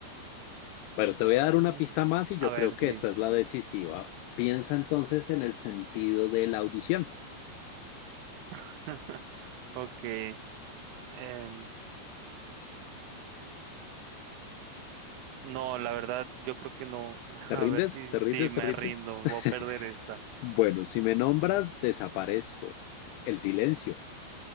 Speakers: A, on the left (about 85°); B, on the right (about 80°).
A: Bueno, te voy a dar una
B: Mm,
A: pista más y yo
B: A
A: creo
B: ver,
A: que
B: sí.
A: esta es la decisiva. Piensa entonces en el sentido de la audición.
B: <laughs> Ok. en- no, la verdad, yo creo que no. <laughs>
A: ¿Te
B: A
A: rindes?
B: ver si,
A: ¿Te rindes?
B: si me
A: ¿Te rindes?
B: rindo, voy
A: <laughs>
B: a perder esta.
A: Bueno, si me nombras, desaparezco. El silencio.